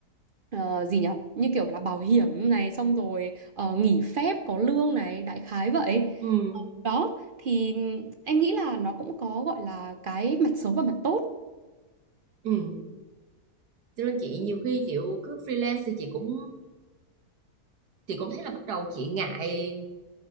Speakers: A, on the right; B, on the right.
A: ờ, gì nhỉ như kiểu là bảo hiểm này xong rồi ờ, nghỉ phép có lương này đại khái vậy
B: ừ
A: đó thì em nghĩ là nó cũng có gọi là cái mặt xấu và mặt tốt
B: ừ cho nên chị nhiều khi chị cứ freelance thì chị cũng chị cũng thấy là bắt đầu chị ngại